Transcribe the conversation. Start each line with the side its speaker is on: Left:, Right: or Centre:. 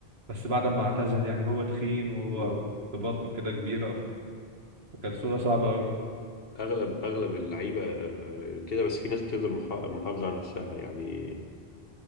Right: بس بعد ما اعتزل يعني هو تخين وهو
Left: مم.
Right: ببطنه كده كبيرة كانت صورة صعبة أوي
Left: اغلب اغلب اللعيبه آه، كده بس في ناس بتفضل محا- محافظه على نفسها يعني